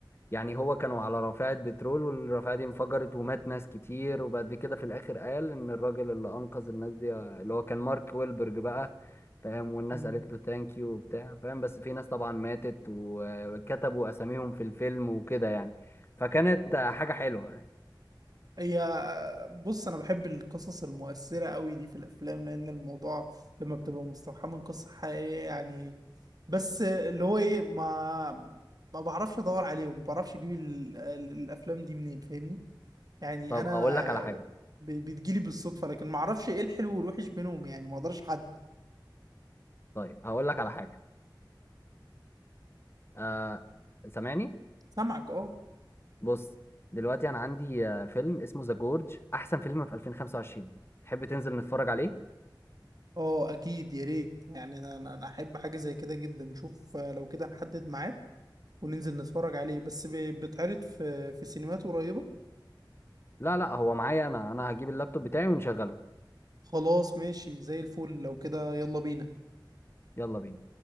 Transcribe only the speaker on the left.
يعني هو كانوا على رافعة بترول والرافعة دي انفجرت ومات ناس كتير وبعد كده في الاخر قال ان الراجل اللي انقذ الناس دي اللي هو كان مارك ويلبرج بقى فاهم والناس
قالت له ثانك يو وبتاع فاهم بس في ناس طبعا ماتت وكتبوا اساميهم في الفيلم وكده يعني فكانت حاجة حلوة يعني
طب
اقول لك على حاجة
طيب هقول لك على حاجة آه سامعني
بص دلوقتي انا عندي آه فيلم اسمه ذا جورج احسن فيلم في 2025 تحب تنزل نتفرج عليه
لا لا هو معايا انا انا هجيب اللابتوب بتاعي ونشغله
يلا بينا